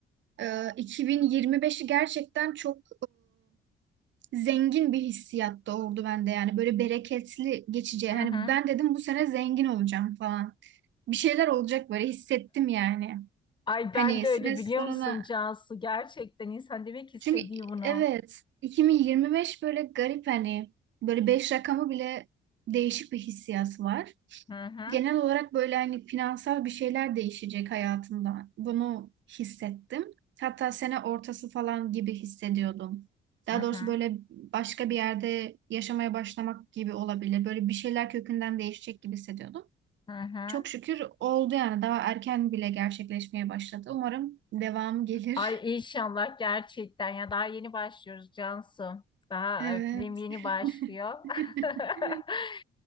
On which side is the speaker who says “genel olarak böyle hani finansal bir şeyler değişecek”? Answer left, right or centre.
Right